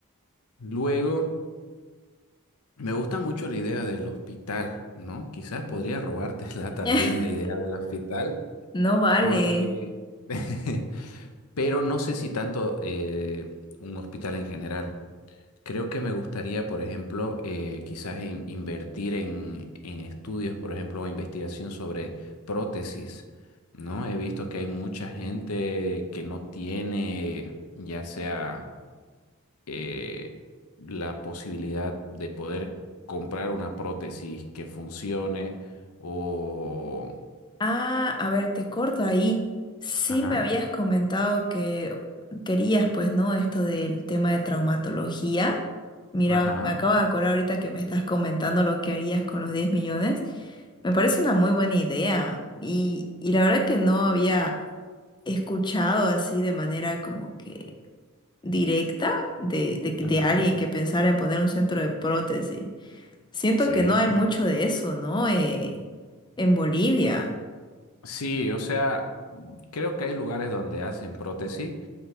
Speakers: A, on the left (about 75°); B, on the left (about 20°).
A: Luego, me gusta mucho la idea del hospital, ¿no? Quizás podría robártela <laughs> también
B: <laughs>
A: la idea del hospital,
B: No vale.
A: porque... <laughs> pero no sé si tanto eh, un hospital en general. Creo que me gustaría, por ejemplo, eh, quizás in- invertir en, en estudios, por ejemplo, o investigación sobre prótesis, ¿no? He visto que hay mucha gente que no tiene, ya sea eh, la posibilidad de poder comprar una prótesis que funcione o...
B: Ah, a ver, te corto ahí. Sí
A: Ajá,
B: me habías comentado que querías, pues, ¿no? Esto del tema de traumatología. Mira,
A: ajá,
B: me acabo de acordar ahorita que me estás comentando lo que harías con los 10 millones. Me parece una muy buena idea y, y la verdad que no había escuchado así de manera como que directa de, de,
A: ajá.
B: de alguien que pensara en poner un centro de prótesis. Siento
A: Sí.
B: que no hay mucho de eso, ¿no? Eh, en Bolivia.
A: Sí, o sea, creo que hay lugares donde hacen prótesis,